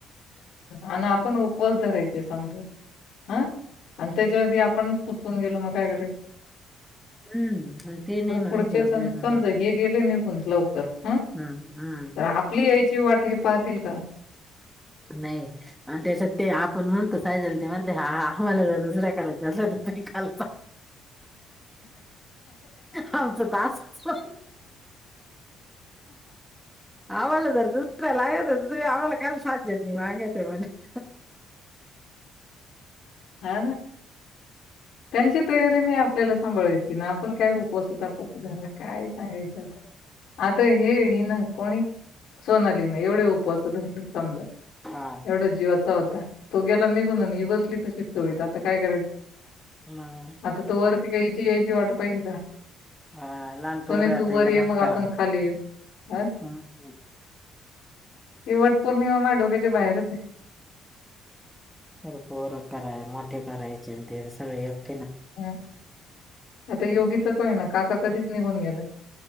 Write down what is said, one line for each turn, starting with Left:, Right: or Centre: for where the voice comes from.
Left: आणि आपण उपवास धरायचे समजा हं आणि त्याच्या आी आपण उचकून गेलो मग काय करायल
Centre: हम्म आणि ते नाही
Left: पुढच्या
Centre: मागते
Left: सम
Centre: आपलाईन
Left: समजा
Centre: म
Left: हे गेले निघून लवकर ह
Centre: हम् हम
Left: तर आपली यायची वाट हे पाहतील का
Centre: नाही आणि त्याच्यात ते आपण म्हणतो सायजला ते म्हणते ह ह आम्हाला जर दुसरा करायचा अस तर तहीाल आमच दास् स्म आवार दु आवाला काल साध्य हंगते मला
Left: हा हा त्यांची तयारी नाही आपल्याला सांभाळायची ना आपण काय उपस आप सुधारा काय सांगायचं आता आता हे ही ना कोणी सोनाली ना एवढे उपवास धरले समजा
Centre: हा
Left: एवढा जीवाचा होता तो गेला निघून ही बसली तशीच चोळीत आता काय करायच
Centre: नाही
Left: आता तू वरती घ्यायची यायची वाट पाहिल का
Centre: हा, लहान पोरं
Left: सोनी
Centre: आता
Left: तू वर
Centre: हिला
Left: ये
Centre: मोठी
Left: मग
Centre: करा
Left: आपण खाली येऊ ह
Centre: हम्म
Left: ते वट पौर्णिमा मा डोक्याच्या बाहेरच आहे
Centre: स पोरक कराय मोठे करायचे ते सगळे एकठे
Left: ह आता योगीच कय ना काका कधीच निघून गेला